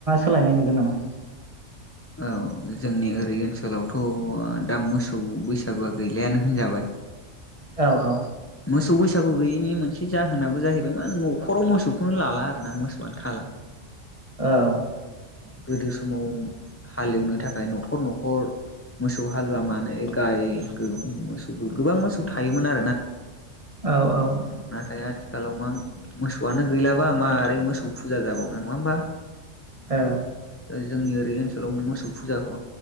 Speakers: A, on the right (about 30°); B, on the left (about 20°).
A: सोलायनाय नुदों नामा?
B: औ जोंनि ओरै ओनसोलावथ' दा मोसौ बैसागुआ गैलायानो होनजाबाय।
A: औ औ।
B: मोसौ बैसागु गैयैनि मोनसे जाहोनाबो जाहैबाय मा न'खराव मोसौखौनो लाला आरोना मोसौआनो थाला।
A: औ।
B: गोदो समाव हालेवनो थाखाय न'खर न'खर मोसौ हालुवा मानो गाय मोसौ गोबां मोसौ थायोमोन आरोना।
A: औ औ।
B: नाथाय आथिखालाव मा मोसौआनो गैलाबा मारै मोसौ फुजा जाबावनो नङा होमबा?
A: औ
B: जोंनि बै ओनसोलाव मोसौ फुजाखौ